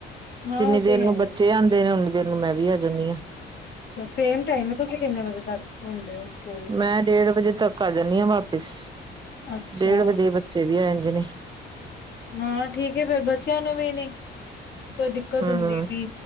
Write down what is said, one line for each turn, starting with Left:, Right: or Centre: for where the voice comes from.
Left: ਹਾਂ
Right: ਜਿੰਨੀ
Left: ਉਹ
Right: ਦੇਰ
Left: ਤੇ ਹੈ
Right: ਨੂੰ ਬੱਚੇ
Left: ਹੀ
Right: ਆਉਂਦੇ ਨੇ ਉਓਨੀ ਦੇਰ ਨੂੰ ਮੈਂ ਵੀ ਆ ਜਾਂਦੀ ਹਾਂ।
Left: ਅੱਛਾ ਸੇਮ ਟਾਈਮ ਹੈ, ਤੁਸੀਂ ਕਿੰਨੇ ਵਜੇ ਤੱਕ ਹੁੰਦੇ ਹੋ। ਸਕੂਲ ਤੋਂ
Right: ਮੈਂ ਡੇਢ ਵਜੇ ਤੱਕ ਆ ਜਾਂਦੀ ਹਾਂ ਵਾਪਿਸ,
Left: ਅੱਛਾ
Right: ਡੇਢ ਵਜੇ ਬੱਚੇ ਵੀ ਆ ਜਾਂਦੇ ਨੇ।
Left: ਹਾਂ ਠੀਕ ਫੇਰ ਬੱਚਿਆਂ ਨੂੰ ਵੀ ਨੀ ਕੋਈ ਦਿੱਕਤ
Right: ਹੂ
Left: ਹੁੰਦੀ ਵੀ